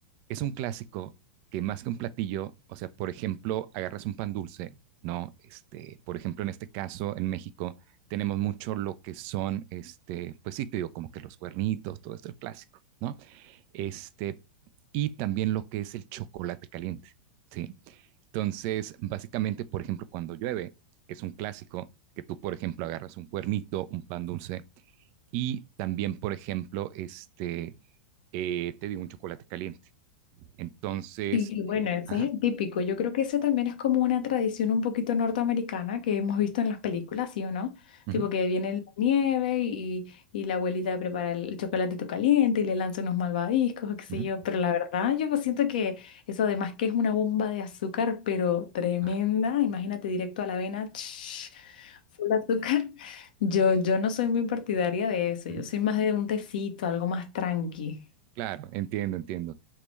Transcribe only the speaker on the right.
es un clásico que más que un platillo, o sea, por ejemplo, agarras un pan dulce, ¿no? Este, por ejemplo, en este caso, en México, tenemos mucho lo que son, este, pues sí, te digo, como que los cuernitos, todo esto, el clásico, ¿no? Este, y también lo que es el chocolate caliente, ¿sí? Entonces, básicamente, por ejemplo, cuando llueve, es un clásico que tú, por ejemplo, agarras un cuernito, un pan dulce y también, por ejemplo, este, eh, te digo un chocolate caliente. Entonces,
eh,
ajá,
ujú,
ujú,
ajá,
ujú.
Claro, entiendo, entiendo.